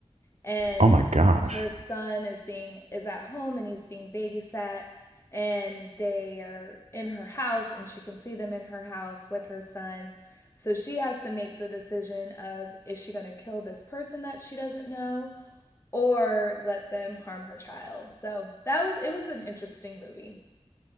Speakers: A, on the left (about 25°); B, on the right (about 80°).
A: And
B: Oh my gosh.
A: her son is being is at home and he's being babysat, and they are in her house, and she can see them in her house with her son. So she has to make the decision of is she going to kill this person that she doesn't know? or let them harm her child. So that was it was an interesting movie.